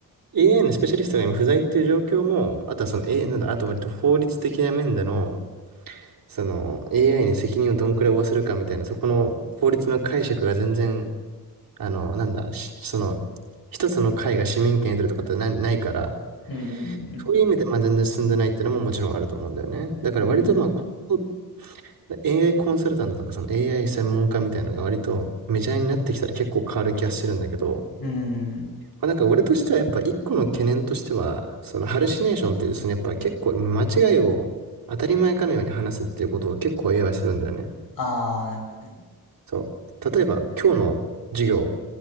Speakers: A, on the right; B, on the left.
A: AI のスペシャリストが今不在っていう状況も、あとはその a なんだ、あと割と法律的な面での、その AI に責任をどんくらい負わせるかみたいな、そこの法律の解釈が全然あの、なんだ、しその、一つの会が市民権得てるとかってない、ないから、
B: うんうんうんうん。
A: そういう意味でまあ全然進んでないっていうのももちろんあると思うんだよね。だから割とまあ、
B: うん。
A: ここ AI コンサルタントとかその AI 専門家みたいなのが割とメジャーになってきたら結構変わる気がしてるんだけど、
B: うんうんうんうん
A: まあ、なんか俺としてはやっぱ一個の懸念としては、そのハルシネーションっていうですね、やっぱ結構間違いを当たり前かのように話すっていうことを結構 AI はするんだよね。
B: ああ、なるほどね。
A: そう。例えば今日の授業、